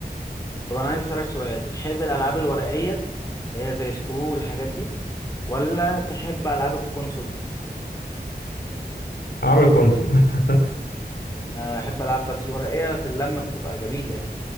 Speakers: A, on the left; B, on the left.
A: طب انا عايز اسالك سؤال تحب الالعاب الورقيه اللي هي زي سكرو والحاجات دي ولا تحب العاب الكونسول
B: انا عامل كونسول <laughs>
A: احب العب بس الورقيه في اللمه بتبقى جميله يعني